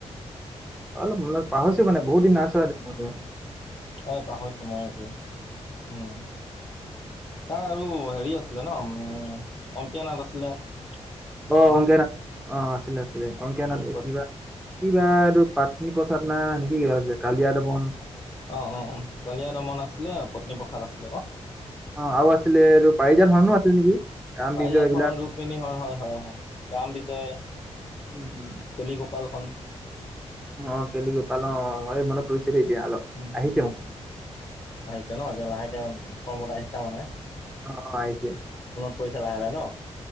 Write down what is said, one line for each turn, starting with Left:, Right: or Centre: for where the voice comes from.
Centre: অলপ মান পাহৰিছো মানে বহুত দিন নাচোৱা।
Left: এ, পাহৰিছো মই এতিয়া উম, তাৰ আৰু হেৰি আছে। আছিলে ন উম, অংকীয়া নাট আছিলে। দুখনমান
Centre: অ, অংকীয়া নাথ অ, আছিলে আছিলে অংকীয়া
Left: উম
Centre: নাথ কিবা কিবা এইটো প প্ৰসাদ না নেক কি কালিয়া দৱন।
Left: অ, অ, অ, কলিয়া দমন আছিলে পত্নীপ্ৰসাদ আছিলে অ,
Centre: অ, আৰু আছিলে এই পাৰিজা ধৰনো আছিল নেকি আম
Left: পাৰিজাত
Centre: বিজ এইবিলাক।
Left: হৰণ ৰুক্মিণী হৰণ হয় হয় হয় ৰাম বিজয়,
Centre: উম, উম।
Left: কেলিগোপালখন।
Centre: অ, কেেলিগোপাল অ, মনত পৰিছে। দেই এতিয়া অলপ
Left: উম,
Centre: আহিছে
Left: উম,
Centre: মনত
Left: উম, উম, আহিছে ন এতিয়া লাহেকে কৰ্মত আহিছা মানে।
Centre: অ, আহিছে।
Left: কৰিছা লাহে, লাহে, ন।